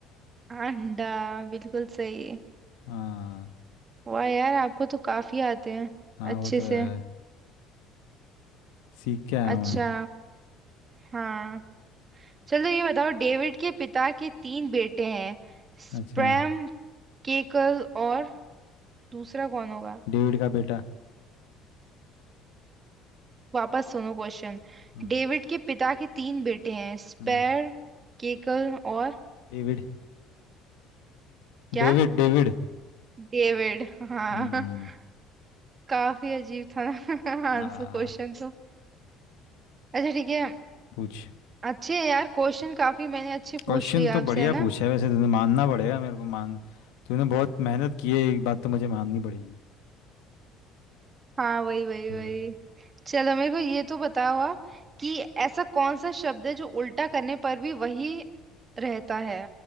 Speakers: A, on the right; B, on the left.
A: अंडा बिल्कुल सही
B: हाँ
A: वाह यार आपको तो काफी आते हैं
B: हाँ
A: अच्छे
B: वो तो
A: से
B: है सीख के आया
A: अच्छा
B: हूँ मैं
A: हाँ चलो ये बताओ डेविड के पिता के तीन बेटे हैं स्प्रैम
B: अच्छा
A: केकल और दूसरा कौन होगा
B: डेविड का बेटा
A: वापस सुनो क्वेश्चन
B: हम्म
A: डेविड के पिता के तीन बेटे हैं स्पैर
B: हम्म
A: केकल और
B: David
A: क्या
B: David डेविड
A: डेविड हाँ
B: हम्म
A: <laughs> काफी अजीब था ना <laughs>
B: आ
A: आंसर क्वेश्चन तो अच्छा ठीक है
B: पूछ
A: अच्छे हैं यार क्वेश्चन काफी मैंने अच्छे पूछ
B: क्वेश्चन
A: लिए
B: तो
A: आपसे
B: बढ़िया
A: है ना
B: पूछा है वैसे तूने मानना पड़ेगा मेरे को मान तूने बहुत मेहनत की है एक बात तो मुझे माननी पड़ेगी
A: हाँ वही वही
B: हम्म
A: वही चलो मेरे को ये तो बताओ आप कि ऐसा कौन सा शब्द है जो उल्टा करने पर भी वही रहता है